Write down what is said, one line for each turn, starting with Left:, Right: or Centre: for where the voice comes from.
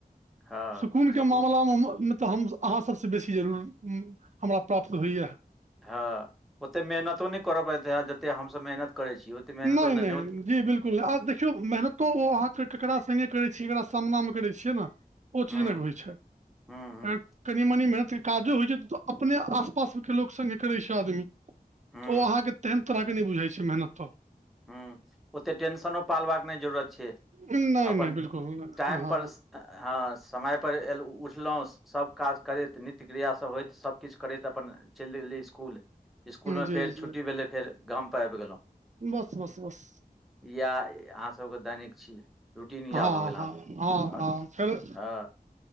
Centre: हँ
Right: सुकून के
Centre: सकून
Right: मामला मे हमर न तऽ हम अहाँ सबसँ बेसी जरूर, म हमरा प्राप्त होइए।
Centre: हँ ओते मेहनतो नहि करऽ परैत हैत, जते हमसब मेहनत करै छी ओ ओतेक मेहनतो
Right: नहि-नहि
Centre: नहि नहि
Right: जी बिलकुल आ देखियौ मेहनत तो ओ अहाँ के केकरा संगे करै छियै ककरा सामना मे करै छियै न ओ चीज
Centre: हूँ
Right: नहि होइ छै,
Centre: हुं हुं
Right: ए कनि मनी मेहनत के काजो होइ छै, त अपने आस-पास के लोक संगे करई छै आदमी, त
Centre: हुं
Right: ओ अहां के तेहेन तरह के नहि बुझाइ छै मेहनतो।
Centre: हम्म ओते टेंशनो पालबाक नहि जरूरत छै।
Right: नहि-नहि
Centre: अपन
Right: बिलकुल नहि
Centre: टाइम
Right: अह
Centre: पर
Right: ह।
Centre: स- हँ समय पर एल उठलौस सब काज करैत, नित्य क्रियासब होइत सबकिछ करैत, अपन चिईल देलियै स्कुल। स्कुल मे
Right: जी
Centre: फेर
Right: जी
Centre: छुट्टी भेलै, फेर गामपर आबि गेलहुँ।
Right: बस- बस -बस
Centre: या अहाँसबके दैनिक छी। रूटीन इएह
Right: हँ-हँ-हँ-हँ
Centre: भऽ गेल अहाँ सब हँ
Right: फेर
Centre: हँ